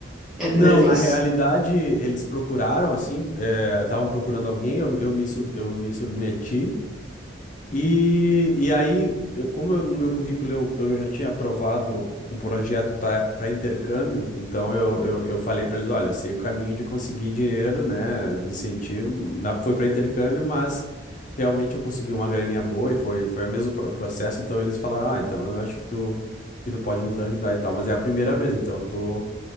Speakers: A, in the centre; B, on the left.
A: É a primeira
B: Não,
A: vez?
B: na realidade eles procuraram, assim, eh, estavam procurando alguém, eu, eu me, sub- eu me submeti, E, e aí, eu- como eu- no meu currículo eu, eu já tinha aprovado um projeto para intercâmbio, então eu, eu, eu falei para eles: olha, eu sei o caminho de conseguir dinheiro, né, de incentivo. Na- foi para intercâmbio, mas realmente eu consegui uma graninha boa e foi, foi o mesmo pro- processo. Então eles falaram: ah, então eu acho que tu, que tu pode nos ajudar e tal. Mas é a primeira vez, então eu tô.